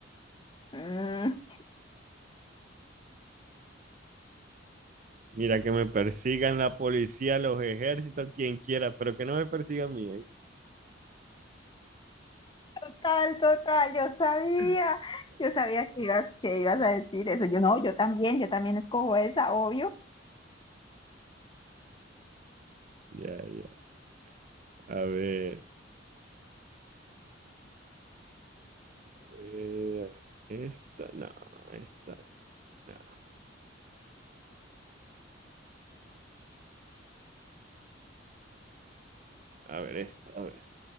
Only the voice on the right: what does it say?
Mira, que me persigan la policía, los ejércitos, quien quiera, pero que no me persiga a mí.
¿eh? <laughs>
Ya, ya. A ver, a ver, Esta, no, esta, no. A ver, esta, a ver.